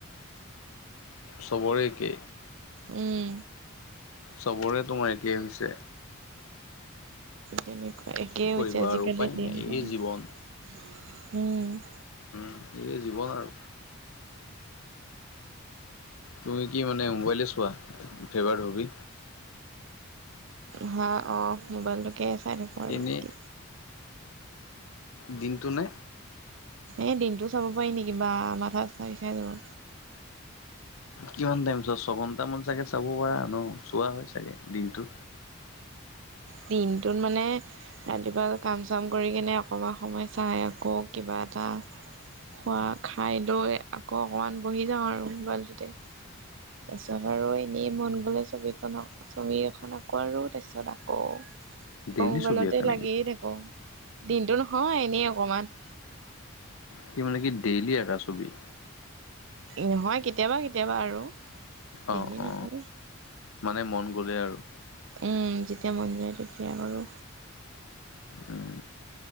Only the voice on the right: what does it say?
উম।
তেনেকুৱা একেই
হৈছে আজিকালিৰ
দিন
কাল
উম।
হা অ মোবাইলটোকে তেনেকুৱাই
নেকি?
এই দিনটো চাব পাৰি নেকি? বা! মাথা-চাথা বিখাই যাব।
দিনটোত মানে ৰাতিপুৱা কাম-চাম কৰি কিনে অকমান সময় চাই আকৌ কিবা এটা খোৱা, খাই লৈ আকৌ অকণমান বহি যাওঁ আৰু মোবাইলটোতে। তাছত আৰু এনেই মন গ'লে ছবিখনক ছবি এখন আকোঁ আৰু তাৰছত আকৌ,
আকৌ মোবাইলতে
লাগিয়ে থাক- কো, দিনটো নহয় এনেই অকমান।
নহয় কেতিয়াবা-কেতিয়াবা আৰু,
ডেইলি
নাকো।
উম্ যেতিয়া মন যায় তেতিয়া কৰো।